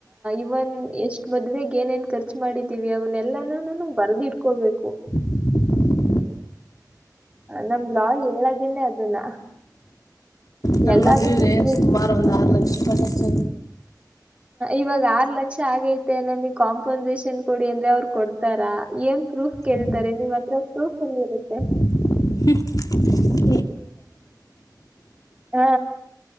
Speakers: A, on the right; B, on the left.
A: ಅವನ್ ಎಷ್ಟ್ ಮದ್ಗ ಏನೇನ್ ಖರ್ಚು ಮಾಡಿದೀವಿ ಅವನ್ನಲ್ಲಾನ ನನ ಬರ್ದ ಇಡ್ಕೋಬೇಕು
B: ಹಾ
A: ನಮ್ ಲಾ ಹೇಳದನೇ ಅದನ್ನ
B: ನನ್ನ
A: ಎಲ್ಲದಕ್ಕೂ
B: ಮದುವೆಗೆ
A: ಪ್ರೂಫ್
B: ಸುಮಾರು ಒಂದು ಆರು ಲಕ್ಷತ್ತು
A: ಇವಾಗ ಆರ್ ಲಕ್ಷ ಆಗೈತೆ ನನ ಕಾಂಪನ್ಸೇಷನ್ ಕೊಡಿ ಅಂದ್ರೆ ಅವ್ರು ಕೊಡ್ತಾರಾ ಏನ್ ಪ್ರೂಫ್ ಕೇಳ್ತಾರೆ
B: ಹ್ಞೂ
A: ನಿವ್ ಹತ್ರ ಪ್ರೂಫ್ ಎಲ್ಲಿಿ ಇರುತ್ತೆ
B: ್ಮ
A: ಹಾ